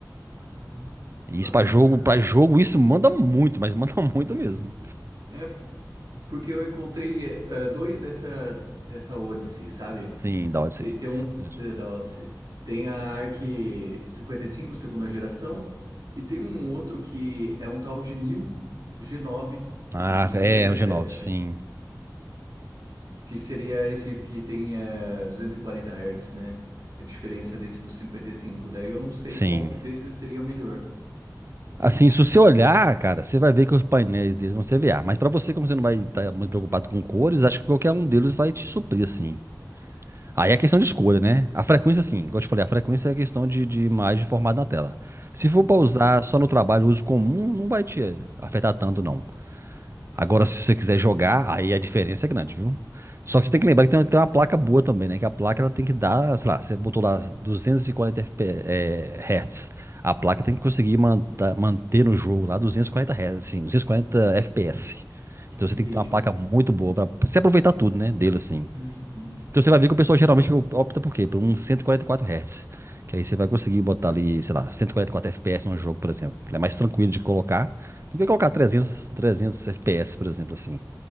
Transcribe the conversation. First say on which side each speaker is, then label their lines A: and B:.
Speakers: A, on the right; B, on the right.
A: ah,
B: E
A: que bacana.
B: isso pra jogo, para jogo, isso manda muito, mas <laughs> manda muito
A: Mano,
B: mesmo.
A: é porque eu encontrei é, é, dois dessa, dessa Odyssey, sabe?
B: Sim, da Odyssey.
A: Tem, tem um
B: Mesmo.
A: é, da Odyssey. Tem a Arc cinquenta e cinco segunda geração, e tem um outro que é um tal de New g nove
B: Ah,
A: de cinquenta
B: é,
A: e
B: o G9,
A: sete
B: sim.
A: que seria esse que tem eh, 240 Hz, né? A diferença desse dos 55. Daí eu não sei
B: Sim.
A: qual que desses seria melhor.
B: Assim, se você olhar, cara, você vai ver que os painéis deles vão ser VA. Mas pra você, como você não vai estar
A: Eu
B: muito preocupado
A: queria 4K.
B: com cores, acho que qualquer um deles vai te suprir, assim. Aí é questão de escolha, né? A frequência, assim, igual eu te falei, a frequência é a questão de, de imagem formada na tela. Se for pra
A: Hum,
B: usar só no trabalho, uso comum, não vai te afetar tanto, não. Agora, se você quiser jogar, aí a diferença é grande, viu? Só que você tem que
A: entendi.
B: lembrar que tem uma, tem uma placa boa também, né? Que a placa ela tem que dar, sei lá, você botou lá 240 FP, é, Hz. A placa tem que conseguir manta- manter no jogo lá 240 Hz, assim, 240 FPS. Então você
A: Entendi.
B: tem que ter uma placa muito boa para você aproveitar tudo, né? Dele assim.
A: Uhum.
B: Então você vai ver que o pessoal geralmente opta por quê? Por um 144 Hz. Que aí você vai conseguir botar ali, sei lá, 144 FPS num jogo, por exemplo. Ele é mais tranquilo de colocar do que colocar 300, 300 FPS, por exemplo, assim.